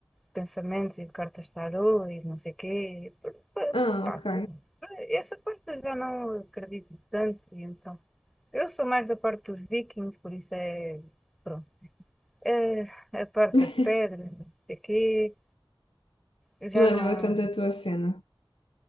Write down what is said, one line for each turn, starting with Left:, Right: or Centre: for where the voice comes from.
Centre: pensamentos e cartas tarô e não sei quê. Pa-
Left: Ah,
Centre: pa-
Left: ok.
Centre: pá, essa parte eu já não acredito tanto, e então. Eu sou mais da parte dos vikings, por isso é, pronto. Eh, a parte
Left: <laughs>
Centre: das pedras, não sei quê, já
Left: Já
Centre: não,
Left: não é tanto a tua cena.